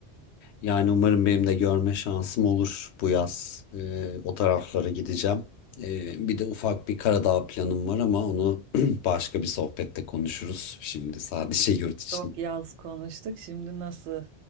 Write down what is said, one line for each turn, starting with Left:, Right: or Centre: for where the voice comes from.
Left: Yani umarım benim de görme şansım olur bu yaz. Ee, o taraflara gideceğim. Ee, bir de ufak bir Karadağ planım var ama onu <clears throat> başka bir sohbette konuşuruz. Şimdi sadece yurt için.
Right: Çok yaz konuştuk. Şimdi nasıl